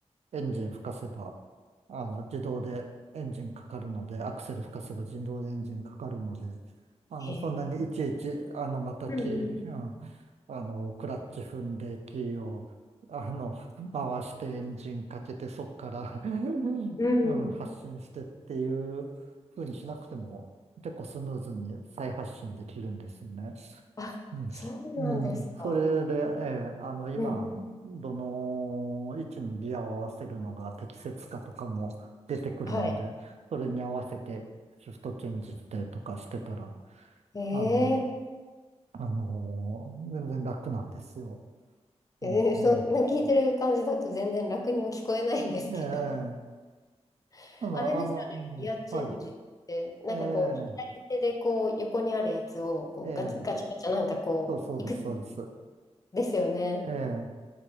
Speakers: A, on the right; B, on the left.
A: エンジン吹かせば、あの、自動でエンジンかかるので、アクセル吹かせば自動でエンジンかかるので、あの、
B: へえ。
A: そんなにいちいち、あの、またキー、
B: うんうん。
A: うん、あの、クラッチ踏んで、キーを、あの、回してエンジンかけて、そっから
B: うん
A: うん、発信してっていう風にしなくても結構スムーズに再発信できるんですよね。
B: あ、
A: うん。
B: そうなんですか。
A: うん。それで、ええ、あの、今、
B: うんうん。
A: どの位置にギアを合わせるのが適切かとかも出てくるので、
B: はい。
A: それに合わせてシフトチェンジしてとかしてたら、
B: え
A: あの、あの、全然楽なんですよ。うん、
B: ええー、そ、
A: うん。
B: な聞いてる感じだと全然楽には聞こえないんですけど。
A: ええ、
B: <laughs>
A: ただ、
B: あれですよね、
A: あの、うん、
B: ギアチェンジって、
A: はい。
B: なんかこう、
A: ええ、
B: 左手でこう、横にあるやつを、こう、
A: ええ、
B: ガチガチガチャなんかこう、
A: そうそうです、
B: いくつ
A: そうです。
B: ですよね。
A: ええ、